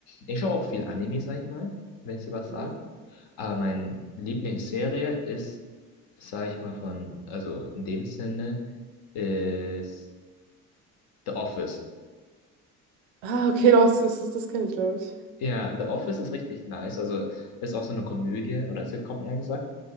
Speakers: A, on the left; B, on the right.
A: ich schaue auch viel Anime, sag ich mal, wenn es dir was
B: Mhm.
A: sagt. Aber meine Lieblingsserie ist, sag ich mal, von, also in dem Sinne, ist The Office.
B: Ah, okay, doch, das, das, das kenne ich, glaube ich.
A: Ja, The Office ist richtig nice. Also ist auch so eine Komödie oder Sitcom eher gesagt.